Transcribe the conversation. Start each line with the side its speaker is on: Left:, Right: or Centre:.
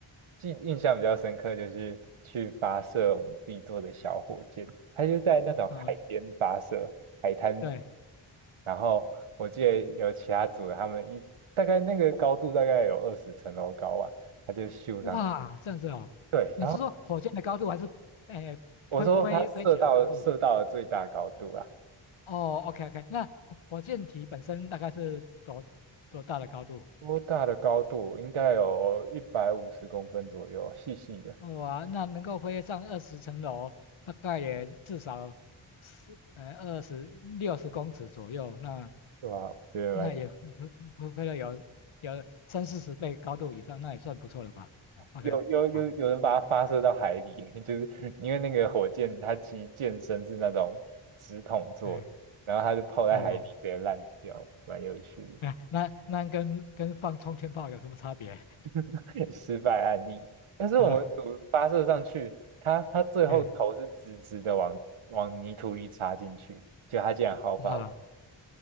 Right: 记印象比较深刻，就是去发射我们自己做的小火箭，它就在那种海边发射，
Left: 啊
Right: 海滩。
Left: 对
Right: 然后我记得有其他组的，他们一大概那个高度大概有二十层楼高吧，它就咻上去。
Left: 哇这样子哦，
Right: 对，
Left: 你是说火箭的高度还是哎飞飞飞起来的高度？
Right: 然后我说它射到射到了最大高度啊，
Left: 哦，OK OK，那火火箭体本身大概是多多大的高度？
Right: 多大的高度？应该有一百五十公分左右，细细的，
Left: 哇，那能够飞上二十层楼，大概也至少是呃二十六十公尺左右，那
Right: 对吧？我觉得蛮
Left: 那也会会会会到有有三四十倍高度以上，那也算不错了吧嗯？OK，
Right: 有有有有人把它发射到海里，
Left: 好，
Right: <laughs> 就是因为那个火箭它其实箭身是那种直筒做的，
Left: 哎，
Right: 然后它就泡在海底里直接烂掉，
Left: 哦，
Right: 蛮有趣
Left: 哎，那那跟跟放冲天炮有什么差别？<laughs>
Right: 的 <laughs> 失败案例。但是我们组发射上去，
Left: 啊，
Right: 它它最后头是直直的往往泥土里插进去，
Left: 哎，
Right: 就它竟然毫发无，
Left: 哇